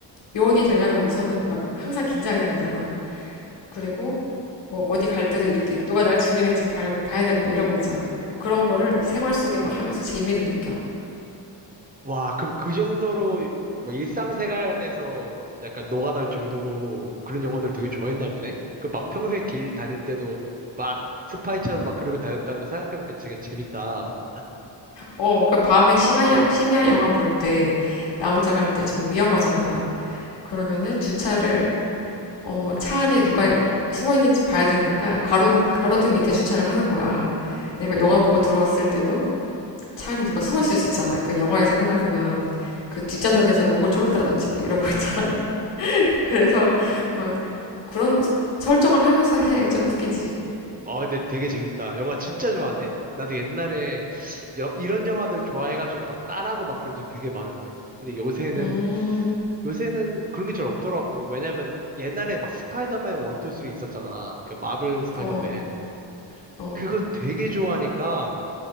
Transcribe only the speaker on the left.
요원이 되려면 우선은 막 항상 긴장해야 되잖아. 그리고 뭐 어디 갈 때도 이렇게 누가 날 죽이는지 봐, 봐야 되고 막 이런 거 있잖아. 그런 거를 생활 속에 막 하면서 재미를 느껴.
어, 그 밤에 심야, 여- 심야 영화 볼 때 나 혼자 갈 때 좀 위험하잖아. 그러면은 주차를 어, 차 안에 누가 숨어 있는지 봐야 되니까 가로, 가로등 밑에 주차를 하는 거야. 내가 영화 보고 들어왔을 때도 차 안에 누가 숨어 있을 수 있잖아. 그 영화에서 맨날 보면 그 뒷좌석에서 목을 조른다든지 막 이런 거 있잖아. <laughs> 그래서 막 그런 설정을 하면서 해. 좀 웃기지.
음,
어, 어,